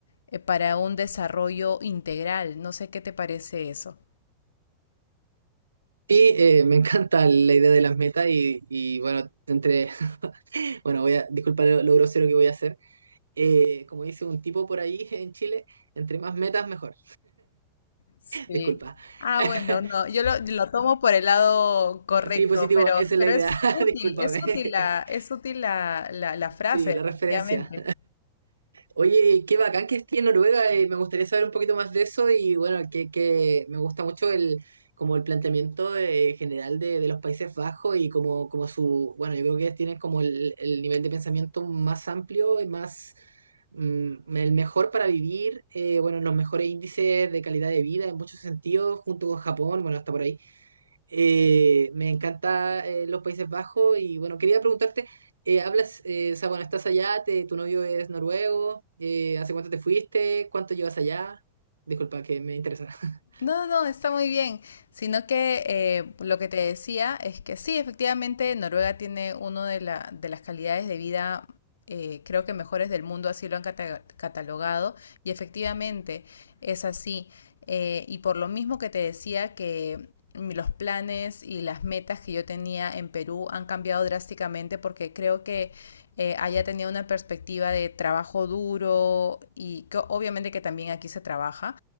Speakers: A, on the left; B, on the right.
A: eh, para un desarrollo integral. No sé qué te parece eso.
B: Y eh, me encanta la idea de las metas y, y, bueno, entre, <laughs> bueno, voy a, disculpa lo, lo grosero que voy a hacer. Eh, como dice un tipo por ahí en Chile, entre más metas mejor.
A: Sí.
B: Disculpa.
A: Ah,
B: <laughs>
A: bueno, no, yo lo, lo tomo por el lado correcto,
B: Sí, positivo,
A: pero,
B: esa es
A: pero
B: la idea.
A: es
B: <laughs>
A: útil,
B: Discúlpame.
A: es útil
B: <laughs>
A: la, es útil la, la, la frase,
B: Sí, la referencia.
A: definitivamente.
B: Oye, qué bacán que esté en Noruega, eh, me gustaría saber un poquito más de eso y bueno, que, que me gusta mucho el, como el planteamiento eh, general de, de los Países Bajos y como, como su, bueno, yo creo que tienen como el, el nivel de pensamiento más amplio y más, mm, el mejor para vivir, eh, bueno, los mejores índices de calidad de vida en muchos sentidos, junto con Japón, bueno, hasta por ahí. Eh, me encanta eh, los Países Bajos y bueno, quería preguntarte, eh, hablas, eh, o sea, bueno, estás allá, te- tu novio es noruego, eh, ¿hace cuánto te fuiste? ¿Cuánto llevas allá? Disculpa, que me interesa. <laughs>
A: No, no, está muy bien. Sino que eh, lo que te decía es que sí, efectivamente, Noruega tiene una de, la- de las calidades de vida, eh, creo que mejores del mundo, así lo han cata- catalogado, y efectivamente es así. Eh, y por lo mismo que te decía que mm, los planes y las metas que yo tenía en Perú han cambiado drásticamente porque creo que eh, allá tenía una perspectiva de trabajo duro y que obviamente que también aquí se trabaja